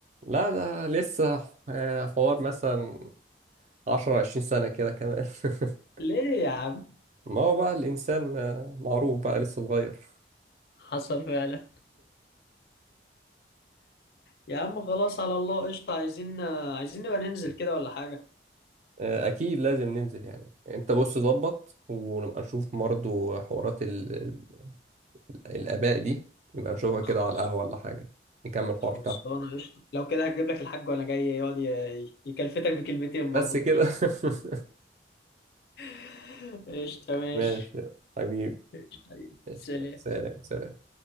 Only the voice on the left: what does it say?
<laughs> ليه يا عم
حصل فعلا يا عم خلاص على الله قشطة عايزين آه، عايزين نبقى ننزل كده ولا حاجة
خلاص
خلصانة
قشطة لو كده هجيب لك الحاج وأنا جاي يقعد ي- يكلفتك بكلمتين
برضه
<laughs> قشطة ماشي
قشطة حبيبي
سلام